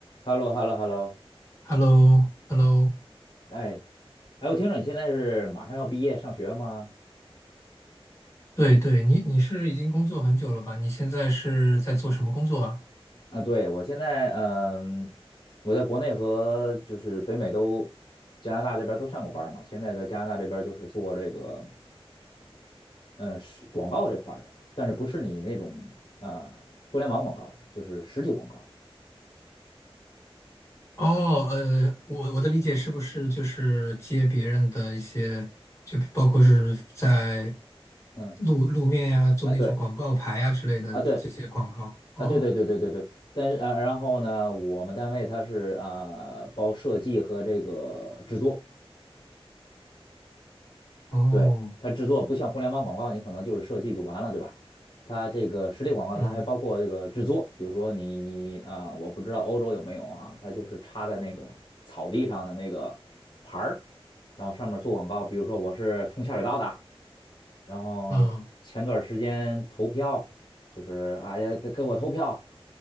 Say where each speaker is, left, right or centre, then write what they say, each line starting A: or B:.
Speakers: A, on the left; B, on the left.
A: h e l l o h e l l o h e l l o
B: h e l l o h e l l o
A: 哎，哎，我听说你现在是马上要毕业上学吗？
B: 对对，你你是已经工作很久了吧？你现在是在做什么工作啊？
A: 啊，对，我现在，嗯，我在国内和就是北美都，加拿大这边都上过班儿嘛。现在在加拿大这边就是做这个，嗯，是广告这块儿的，但是不是你那种啊、互联网广告的，就是实体广告。
B: 哦，呃，我我的理解是不是就是接别人的一些，就包括是在
A: 嗯，
B: 路路面呀，做那种广告牌呀之类的这些广告？
A: 啊，对，啊，对，
B: 哦
A: 啊，对对对对对对。但是呃，然后呢，我们单位它是啊、包设计和这个制作。
B: 哦，
A: 对，它制作不像互联网广告，你可能就是设计就完了，对吧？它这个实体广告，
B: 嗯
A: 它还包括这个制作，比如说你啊、我不知道欧洲有没有啊，它就是插在那个草地上的那个牌儿，然后上面做广告，比如说我是通下水道的，然后前段时间投票，
B: 嗯，
A: 就是哎呀给给我投票，